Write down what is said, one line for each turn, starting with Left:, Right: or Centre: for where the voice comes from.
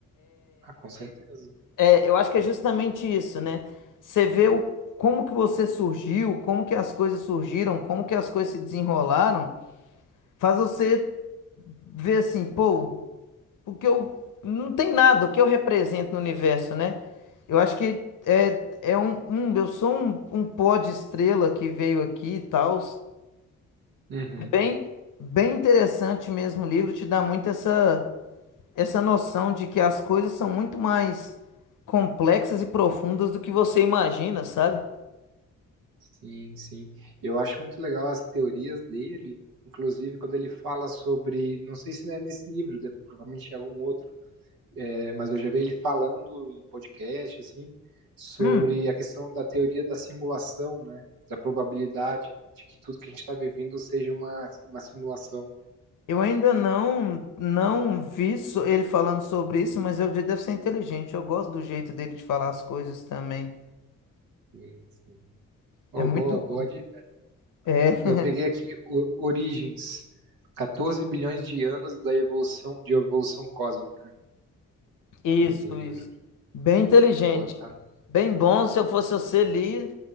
Right: Ah, com certeza.
Left: É, eu acho que é justamente isso, né? Você vê o, como que você surgiu, como que as coisas surgiram, como que as coisas se desenrolaram, faz você ver assim, pô, o que eu não tem nada, o que eu represento no universo, né? Eu acho que é, é um, um- eu sou um, um pó de estrela que veio aqui e tal.
Right: Uhum,
Left: Bem, bem interessante mesmo o livro, te dá muito essa essa noção de que as coisas são muito mais complexas e profundas do que você imagina, sabe?
Right: sim, sim. Eu acho muito legal as teorias dele, inclusive quando ele fala sobre, não sei se não é nesse livro, de- provavelmente é algum outro, é, mas eu já vi ele falando em podcast, assim, sobre
Left: Hum,
Right: a questão da teoria da simulação, né? Da probabilidade de que tudo que a gente está vivendo seja uma, uma simulação.
Left: eu ainda não não vi so- ele falando sobre isso, mas ele deve ser inteligente. Eu gosto do jeito dele de falar as coisas também.
Right: Sim, sim. Oh,
Left: É muito
Right: boa, boa
Left: bom.
Right: dica.
Left: É, <laughs>
Right: Eu peguei aqui o- Origens, 14 bilhões de anos da evolução de evolução cósmica,
Left: isso,
Right: é o nome do livro.
Left: isso.
Right: aqui.
Left: Bem inteligente.
Right: Boa, tá?
Left: Bem bom, se eu fosse você, lia.